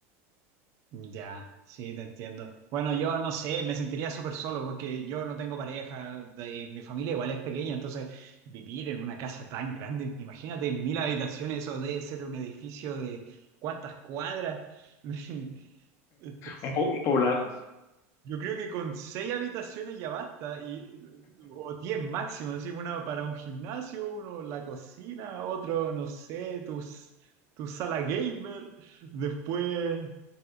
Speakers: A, on the right; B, on the left.
A: ya, sí, te entiendo. Bueno, yo no sé, me sentiría súper solo porque yo no tengo pareja, de- mi familia igual es pequeña, entonces vivir en una casa tan grande, imagínate mil habitaciones, eso debe ser un edificio de cuántas cuadras. <laughs> Entonces,
B: Un, po- un poblado.
A: Yo creo que con seis habitaciones ya basta, y, o diez máximo, así, una para un gimnasio, uno la cocina, otro, no sé, tus, tu sala gamer, después,